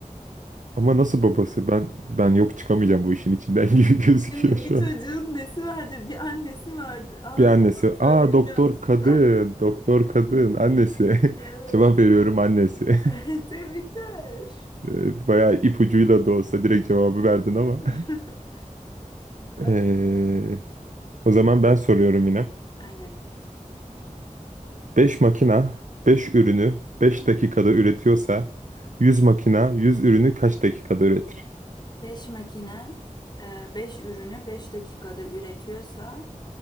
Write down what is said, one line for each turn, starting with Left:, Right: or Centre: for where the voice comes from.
Right: Ama nasıl babası? Ben ben yok çıkamayacağım bu işin içinden <laughs> gibi gözüküyor
Left: Şimdi
Right: şu
Left: bir çocuğun
Right: an.
Left: nesi vardır? Bir annesi vardı. Aa
Right: Bir annesi.
Left: diyor. söyledim
Right: Aa doktor
Left: yanlışlıkla.
Right: kadın,
Left: <laughs>
Right: doktor kadın annesi.
Left: Evet.
Right: <laughs> Cevap veriyorum annesi. <laughs>
Left: <laughs> Tebrikler.
Right: Ee, Bayağı ipucuyla da olsa direkt cevabı verdin ama.
Left: <laughs>
Right: <laughs> Ee,
Left: Okey.
Right: o zaman ben soruyorum yine.
Left: Aynen.
Right: 5 makina 5 ürünü 5 dakikada üretiyorsa 100 makina 100 ürünü kaç dakikada üretir?
Left: 5 makine e, 5 ürünü beş dakikada üretiyorsa